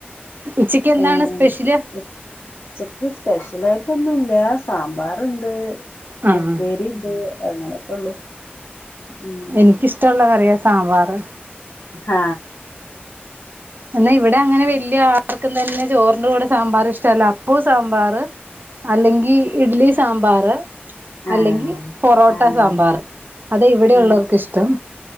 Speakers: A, on the right (about 55°); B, on the left (about 80°).
A: ഉച്ചക്ക് എന്താണ്
B: ഏ
A: സ്പെഷ്യല്
B: ഉച്ചയ്ക്ക് സ്പെഷ്യൽ ആയി ഒന്നൂല്യ സാമ്പാറുണ്ട്
A: ആഹ്
B: ഉപ്പേരിണ്ട് അങ്ങനെക്കെ ഉള്ളു ഉം
A: എനിക്കിഷ്ട്ടൊള്ള കറിയാ സാമ്പാറെ
B: ആ
A: എന്നാ ഇവിടെ അങ്ങനെ വലിയ ആട്ടക്കും തന്നെ ചോറിന്റെ കൂടെ സാമ്പാർ ഇഷ്ടല്ല അപ്പോ സാമ്പാറെ അല്ലെങ്കി ഇഡ്ഡലി സാമ്പാറെ
B: ആഹ്
A: അല്ലെങ്കിൽ പൊറോട്ട
B: ആഹ്
A: സാമ്പാറെ അതാ ഇവിടെ
B: ആഹ്
A: ഉള്ളോർക്ക് ഇഷ്ടം